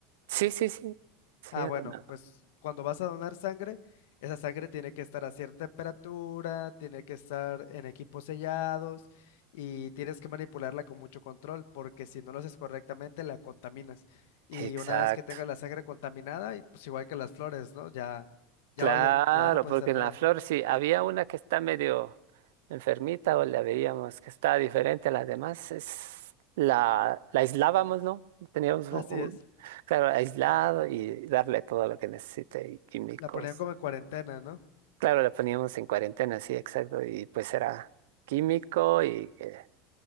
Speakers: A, on the right; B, on the left.
A: Sí, sí, sí. Sí,
B: Ah,
A: era
B: bueno,
A: una-
B: pues cuando vas a donar sangre, esa sangre tiene que estar a cierta temperatura, tiene que estar en equipos sellados y tienes que manipularla con mucho control porque si no lo haces correctamente la contaminas. Y
A: Exacto.
B: una vez que tengas la sangre contaminada, y pues igual que las flores, ¿no? Ya, ya
A: Claro,
B: valió, ya no puedes
A: porque
B: hacer
A: en
B: nada.
A: la flor sí, había una que está medio enfermita o la veíamos que está diferente a las demás, es la, la aislábamos, ¿no? Teníamos un,
B: Así
A: un-
B: es.
A: claro, aislado y darle todo lo que necesite y químicos.
B: La ponían como en cuarentena, ¿no?
A: Claro, la poníamos en cuarentena, sí, exacto, y pues era químico y eh,